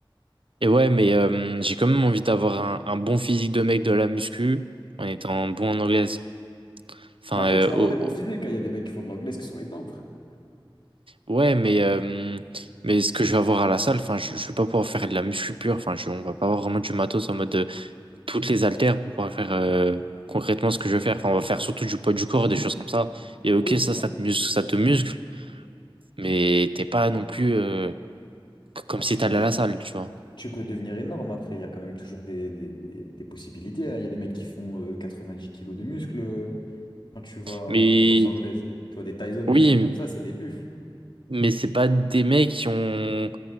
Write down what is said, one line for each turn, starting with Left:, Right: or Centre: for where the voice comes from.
Right: Et ouais, mais euh, j'ai quand même envie d'avoir un, un bon physique de mec de la muscu en étant bon en anglaise. Enfin,
Left: bah après,
Right: euh,
Left: tu peux
Right: au-
Left: avoir des bons physiques, hein. Il y a des mecs qui font de l'anglaise qui sont énormes, frère.
Right: au- ouais, mais, euh, mais ce que je vais avoir à la salle, enfin, je, je vais pas pouvoir faire de la muscu pure. Enfin, je, on va pas avoir vraiment du matos en mode. euh, toutes les haltères pour pouvoir faire euh, concrètement ce que je veux faire. Enfin, on va faire surtout du poids du corps, des choses comme ça. Et ok,
Left: Oui, c'est
Right: ça,
Left: ça.
Right: ça te muscle, ça te muscle, mais t'es pas non plus euh, c- comme
Left: Ah,
Right: si
Left: tu peux,
Right: t'allais
Left: de-
Right: à la salle, tu vois.
Left: tu peux devenir énorme après. Il y a quand même toujours des, des, des- des possibilités. hein. Il y a des mecs qui font euh, 90 kilos de muscles euh, quand tu vas en
Right: Mais
Left: boxe anglaise. Tu vois, des Tyson ou
Right: oui,
Left: des trucs comme ça, c'est des buffles.
Right: mais c'est pas des mecs qui ont.